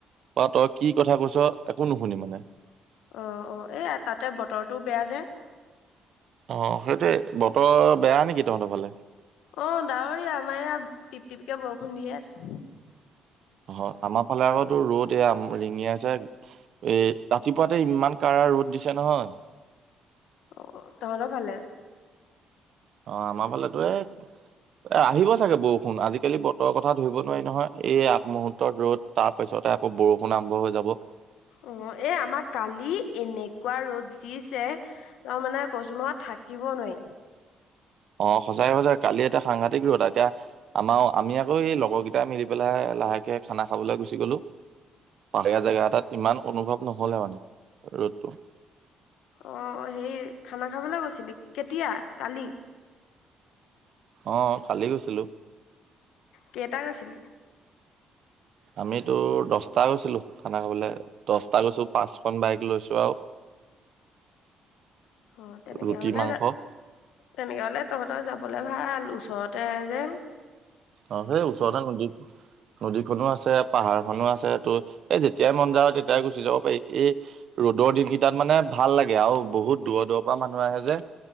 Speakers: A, on the right; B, on the left.
A: বা তই কি কথা কৈছ একো নুশুনি মানে।
B: অ', অ' এই তাতে বতৰটোও বেয়া যে।
A: অ' সেইটোৱে। বতৰ বেয়া নেকি তহঁতৰ ফালে?
B: অ' ডাৱৰীয়া, আমাৰ ইয়া টিপ টিপকে বৰষুণ দিয়ে আছে।
A: হয়, আমাৰফালে আকৌ তোৰ ৰ'দ, এইয়া ৰিঙিয়াইছে। এ, ৰাতিপুৱাতে ইমান কাৰা ৰ'দ দিছে নহয়।
B: অ' তহঁতৰফালে?
A: অ' আমাৰ ফালেতো এই এ, আহিব চাগে বৰষুণ, আজিকালি বতৰৰ কথা ধৰিব নোৱাৰি নহয় এই আগমুহূৰ্তৰ ৰ'দ তাৰপিছতে আকৌ বৰষুণ আৰম্ভ হৈ যাব।
B: অ' এই আমাক কালি এনেকুৱা ৰ'দ দিছে। অ' মানে কৈছোঁ নহয় থাকিব নোৱাৰি।
A: অ' সচায়ে সচায়ে কালি এতা সাংঘাতিক ৰদ, এতিয়া আমাৰ আমি আকৌ, এই লগৰকেইটাই মিলি পেলাই লাহেকে খানা খাবলৈ গুচি গলোঁ। পাহাৰীয়া জেগা এটাত ইমান অনুভৱ নহ'লে মানে ৰ'দটো।
B: অ' হেই খানা খাবলৈ গৈছিলি? কেতিয়া কালি?
A: অ' কালি গৈছিলোঁ।
B: কেইটা গৈছিলি?
A: আমি তোৰ দচটা গৈছিলোঁ খানা খাবলে, দচটা গৈছোঁ পাঁচখন বাইক লৈছোঁ আৰু
B: <unintelligible> অ' তেনেকে
A: ৰুটি
B: হ'লে
A: মাংস
B: যা তেনেকৈ হ'লে তহঁতৰ যাবলৈ ভাল ওচৰতে যেন।
A: অ' সেই ওচৰতে নদীত। নদীখনো আছে পাহাৰখনো আছে ত' এই যেতিয়াই মন যায় তেতিয়াই গুচি যাব পাৰি এই ৰ'দৰ দিনকেইটাত মানে ভাল লাগে আৰু বহুত দূৰৰ দূৰৰ পৰা মানুহ আহে যে